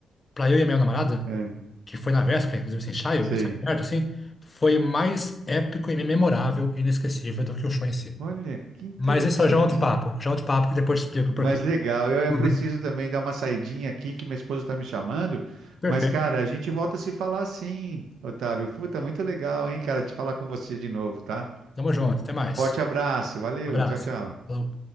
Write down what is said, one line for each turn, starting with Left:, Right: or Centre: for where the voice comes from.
Left: para eu e a minha namorada,
Right: aham,
Left: que foi na véspera, inclusive, esse ensaio,
Right: sei.
Left: ensaio perto, assim, foi mais épico e memorável e inesquecível do que o show em si.
Right: Olha que interessante,
Left: Mas isso é já é outro papo,
Right: hein?
Left: já é outro papo que depois te explico por
Right: Mas
Left: quê.
Right: legal. Eu, eu
Left: Uhum.
Right: preciso também dar uma saidinha aqui que minha esposa está me chamando.
Left: Perfeito,
Right: Mas, cara, a gente volta a se falar sim, Otávio. Puta, muito legal, hein, cara, te falar com você de novo, tá?
Left: tamo junto, até mais.
Right: Forte abraço. Valeu.
Left: Abraço.
Right: Tchau, tchau.
Left: Falou.